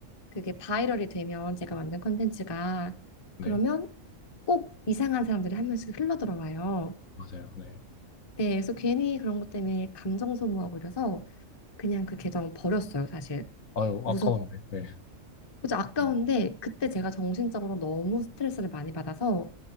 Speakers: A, on the left; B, on the left.
A: 그게 바이럴이 되면 제가 만든 컨텐츠가
B: 네,
A: 그러면 꼭 이상한 사람들이 한 명씩 흘러들어와요.
B: 맞아요, 네.
A: 네, 그래서 괜히 그런 것 때문에 감정 소모하고 이래서 그냥 그 계정 버렸어요, 사실.
B: 아유,
A: 무서워.
B: 아까운데, 네.
A: 그죠? 아까운데
B: 어,
A: 그때 제가 정신적으로 너무 스트레스를 많이 받아서